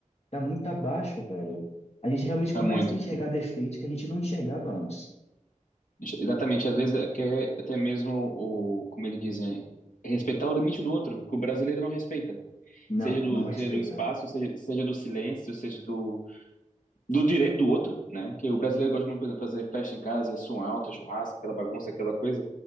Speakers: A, on the left; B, on the left.
A: tá muito abaixo, velho. A gente realmente
B: tá
A: começa
B: muito.
A: a enxergar defeitos que a gente não enxergava antes.
B: Exatamente, às vezes é que é até mesmo o, como eles dizem, é respeitar o limite do outro, que o brasileiro não respeita.
A: Não,
B: seja do,
A: não respeita.
B: seja do espaço, seja, seja do silêncio, seja do, do direito do outro, né? Que o brasileiro gosta muito, por exemplo, de fazer festa em casa, é som alto, é churrasco, aquela bagunça, aquela coisa,